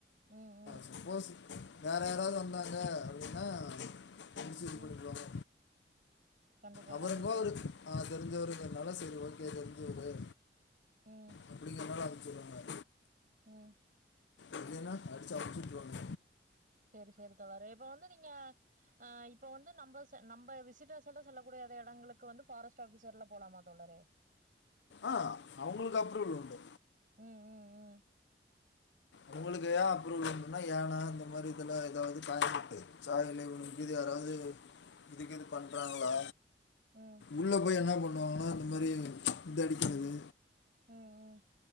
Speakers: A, on the right; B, on the left.
A: ம் ம்
B: சப்போஸ் வேற யாராவது வந்தாங்க அப்டின்னா புடிச்சுட்டு
A: ம்
B: போய்ருவாங்க
A: கண்டிப்பா
B: அவருங்கோ
A: கண்டிப்பா
B: அஹ் தெரிஞ்சவருங்கனால செரி ஓகே தெரிஞ்சவரு
A: ம்
B: அப்டிங்றனால அனுப்ச்சராங்க
A: ம்
B: இல்லனா அடிச்சு அனுப்ச்சுட்ருவாங்க
A: செரி செரி தோழரே இப்ப வந்து நீங்க ஆ இப்ப வந்து நம்ப நம்ப விசிட்டர்ஸ் எல்லா செல்லக்கூடிய எடங்களுக் கு வந்து ஃபாரஸ்ட் ஆஃபீசர்ல போலாமா தோழரே
B: ஆ அவங்ளுக்கு அப்ரூவல் உண்டு
A: ம் ம் ம்
B: அவுங்ளுக்கு ஏ அப்ரூவல் உன்டுனா ஏனா இந்த மாரி இதுல எதாவுது காயம்பட்டு சாயல்லே இவனுக கீது யாராது அது இதுக்கு இது பண்றாங்ளா
A: ம்
B: உள்ள போய் என்னா பண்ணுவாங்கனா இந்த மாரி இது அடிக்கறது
A: ம் ம்